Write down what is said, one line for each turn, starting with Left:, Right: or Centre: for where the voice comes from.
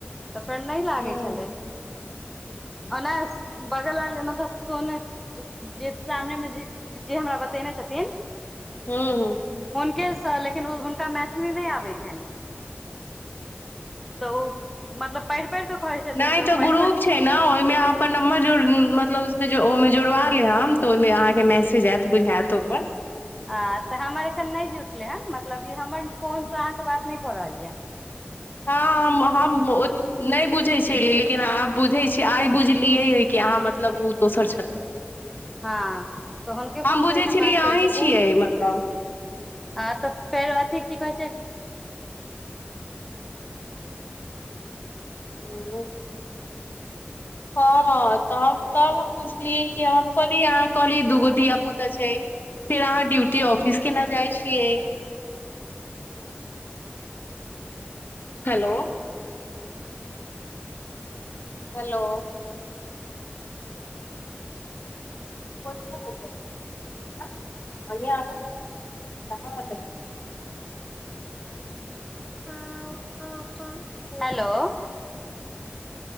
Centre: तऽ फेर नहि लागे
Left: हूँ
Centre: छलै ओना बगल बाल मतलब सोन जे सामने में जे जे हमरा बतेने छथिन
Left: हूं हूं
Centre: के सब लेकिन ओ हुनका मैथिली नहि आबै छनि तऽ ओ मतलब पएढ़ि पढ़ि कऽ कहै छथिन
Left: नहि
Centre: तऽ ओ पढ़
Left: ग्रुप
Centre: प
Left: छै ने ओहिमे अहाँ अपन नम्बर जोड़ मतलब उहिमे ओहिमे जोड़बा लेब तऽ ओहिमे अहाँके मैसेज आयत बुझायत ओहिपर
Centre: आँ तऽ हमर एखन नहि जुटलै हेन मतलब ई हमर फोनसँ अहाँके बात नहि भऽ रहल यए
Left: हँ हम हम नहि बुझै छै लेकिन आब बुझै आइ बुझलियैै कि अहाँ मतलब ओ दोसर छथिन
Centre: हँ तऽ हुनके
Left: हम
Centre: फोनसँ
Left: बुझै
Centre: एखन
Left: छलियै
Centre: बात करै
Left: अहीं
Centre: छै
Left: छियै
Centre: ओ
Left: मतलब
Centre: आ तऽ फेर अथि की कहै छै
Left: ह हँ तऽ तब हम बुझलिय कि हम कहली अहाँ कहली दूगो धिय पुता छै फेर अहाँ ड्यूटी ऑफिस केना जाइ छियै
Centre: <inaudible>
Left: हेलो हेलो <unintelligible>
Centre: ह ह ह हेलो